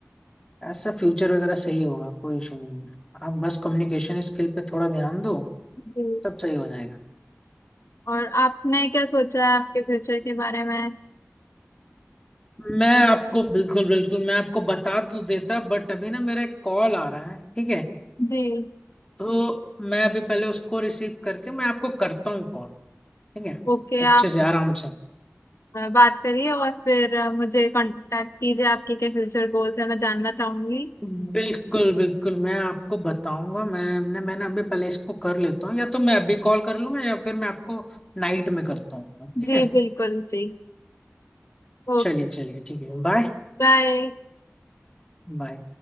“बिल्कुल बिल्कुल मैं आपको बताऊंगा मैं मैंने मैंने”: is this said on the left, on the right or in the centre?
Left